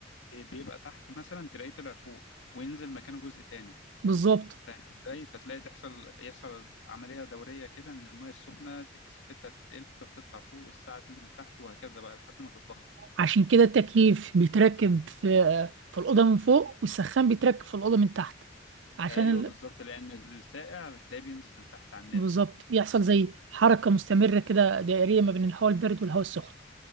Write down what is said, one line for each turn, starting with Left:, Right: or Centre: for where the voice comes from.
Left: بي- بيبقى تحت مثلا تلاقيه طلع فوق وينزل مكانه جزء تاني
Right: بالظبط
Left: فاهم ازاي فتلاقي تحصل يحصل عملية دورية كده ان المية السخنة كثافتها تقل فتطلع فوق والساعة تنزل تحت وهكذا بقى لحد ما تتبخر
Right: عشان كده التكييف بيتركب في في الأوضة من فوق والسخان بيتركب في الأوضة من تحت عشان
Left: ايوه
Right: ال...
Left: بالظبط لان السائع بتلاقيه بينزل تحت على الناس
Right: بالظبط يحصل زي حركة مستمرة كده دائرية ما بين الهواء البارد والهواء السخن